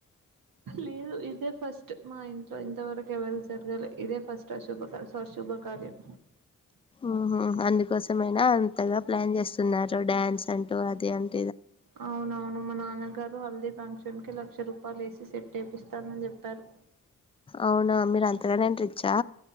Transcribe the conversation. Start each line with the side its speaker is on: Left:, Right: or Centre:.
Right: లేదు ఇదే ఫస్ట్ మా ఇంట్లో ఇంతవరకు ఎవరికి జరగాలే ఇదే ఫస్ట్ అశుభ సుభకార్యం
Left: ఉహు అందుకోసమేనా అంతగా ప్లాన్ చేస్తున్నారు డ్యాన్స్ అంటూ అది అంటు
Right: అవునవును మా నాన్నగారు హల్దీ ఫంక్షన్ కి లక్ష రూపాయలు వేసి సేట్ వేపిస్తానని చెప్పారు
Left: అవునా మీరు అంతగానం రిచ్చా